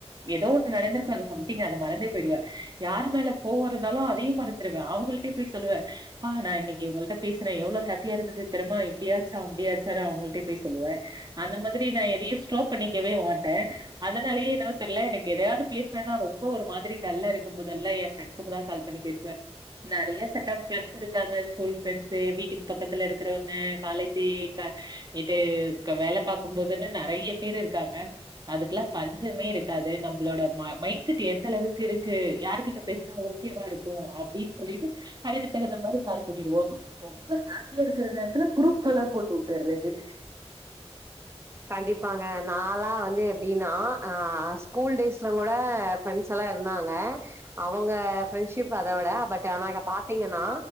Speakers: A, on the right; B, on the right.
A: ஏதோ ஒண்ணு நடந்துருக்கு அது சம்திங் அத மறந்தே போயிடுவே யார் மேல கோவருந்தாலு அதையு மறந்துருவே அவங்கள்டியே போய் சொலுவே பா நா இன்னைக்கி இவுங்கள்ட பேசுனே எவ்ளோ ஹேப்பியா இருந்தது தெர்மா இப்டியாச்சா அப்டியாச்சான்னு அவங்கள்டியே போய் சொல்லுவே அந்த மாதிரி நா எதையு ஸ்டோப் பண்ணிக்கவே மாட்டே அதனாலையே என்னவோ தெர்ல எனக்கு எதையாவது பேசுண்ணனா ரொம்ப ஒரு மாதிரி டல்லாருக் <unintelligible> முதல்ல ஏ ஃப்ரண்ஸ்க்கு தா கால் பண்ணி பேசுவே நறைய செட் ஆஃப் ப்ரெண்ட்ஸ்ருக்காங்க ஸ்கூல் ப்ரெண்ட்ஸ் வீட்டுக்கு பக்கத்துல இருக்குறவங்க காலேஜி கா இது க வேல பாக்கும்போதுன்ன நறைய பேர் இருக்காங்க அதுக்கலா பஞ்சமே இருக்காது நம்பளோட ம மைண்ட் செட் எந்த அளவுக்கு இருக் கு யாருகிட்ட பேசுனா ஓகேவா இருக்கு அப்டின் சொல்லிட்டு அதுக்கு தகுந்த மாரி கால் பண்ணிடுவோ ரொம்ப ஹாப்பியாருக்குற நேரத்துல குருப்புல்லா போட்டு உட்டர்றது
B: கண்டிப்பாங்க நாலா வந்து எப்டினா ஆ ஸ்கூல் டேஸ்ல கூட ஃப்ரெண்ட்ஸெல்லா இருந்தாங்க அவங்க ஃப்ரெண்ட்ஷிப் அத விட பட் ஆனாக்கா பாத்தீங்கனா